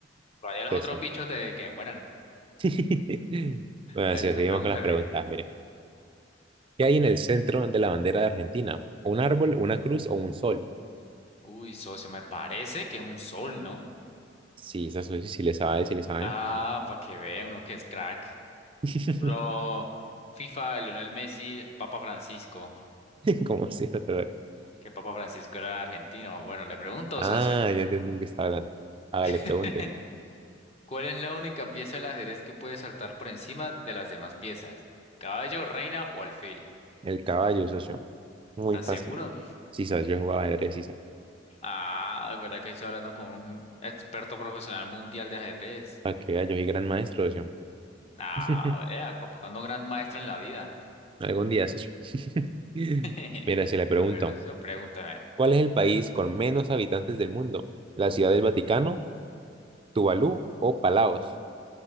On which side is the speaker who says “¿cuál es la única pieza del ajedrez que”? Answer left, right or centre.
Left